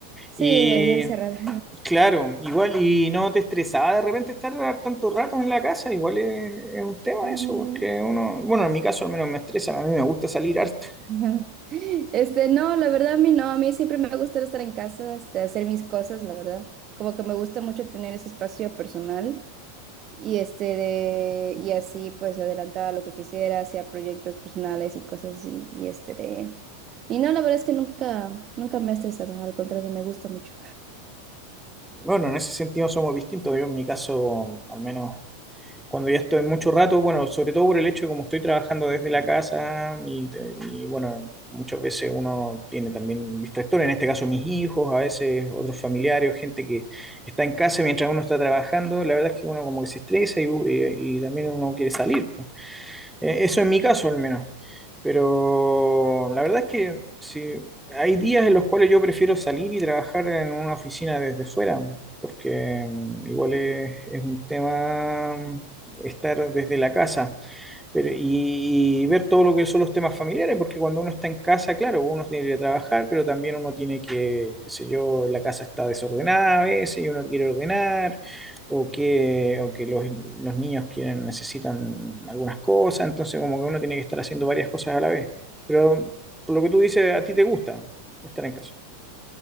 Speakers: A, on the right (about 30°); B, in the centre.
A: Sí,
B: Y
A: ahí encerrada.
B: claro, igual, y no te estresaba de repente estar tanto rato en la casa, igual es, es un tema
A: <laughs>
B: eso, porque uno, bueno, en mi caso al menos me estresa, a mí me gusta salir harto.
A: <laughs> Ajá. Este, no, la verdad a mí no, a mí siempre me ha gustado estar en casa, este, hacer mis cosas, la verdad. Como que me gusta mucho tener ese espacio personal y este de y así pues adelantaba lo que quisiera, hacía proyectos personales y cosas así y este de y no, la verdad es que nunca nunca me ha estresado, al contrario, me gusta mucho.
B: Bueno, en ese sentido somos distintos, yo en mi caso al menos cuando ya estoy mucho rato, bueno, sobre todo por el hecho de como estoy trabajando desde la casa y, y, bueno, muchas veces uno tiene también distractores, en este caso mis hijos, a veces otros familiares, gente que está en casa mientras uno está trabajando, la verdad es que uno como que se estresa y, y- y también uno quiere salir. pues. Eh, eso en mi caso al menos. Pero la verdad es que sí, hay días en los cuales yo prefiero salir y trabajar en una oficina desde fuera, porque mm, igual es, es un tema mm, estar desde la casa. Pero, y, y ver todo lo que son los temas familiares, porque cuando uno está en casa, claro, uno tiene que ir a trabajar, pero también uno tiene que, qué sé yo, la casa está desordenada a veces y uno quiere ordenar, o que, o que los, los niños quieren, necesitan algunas cosas, entonces como que uno tiene que estar haciendo varias cosas a la vez. Pero por lo que tú dices, a ti te gusta estar en casa.